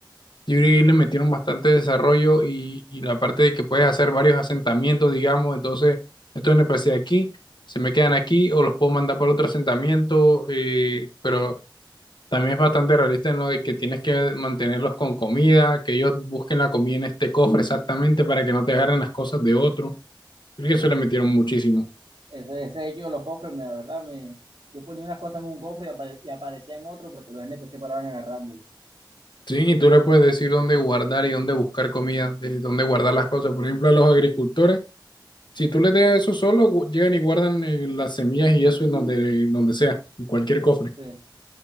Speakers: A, on the left; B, on the right.
A: Yo creo que ahí le metieron bastante desarrollo y, y la parte de que puedes hacer varios asentamientos, digamos, entonces estos NPC aquí se me quedan aquí o los puedo mandar para otro asentamiento, eh, pero también es bastante realista en lo de que tienes que mantenerlos con comida, que ellos busquen la comida en este cofre exactamente para que no te agarren las cosas de otro. Creo
B: sí.
A: que eso le metieron muchísimo.
B: Ese, ese hecho de los cofres, me, la verdad, me, yo ponía unas cosas en un cofre y, apare- y aparecían otros porque los NPC paraban agarrándolo.
A: Sí, y tú le puedes decir dónde guardar y dónde buscar comida, de dónde guardar las cosas. Por ejemplo, a los agricultores, si tú les dejas eso solo, gu- llegan y guardan eh, las semillas y eso en donde, donde sea, en cualquier cofre.
B: Sí.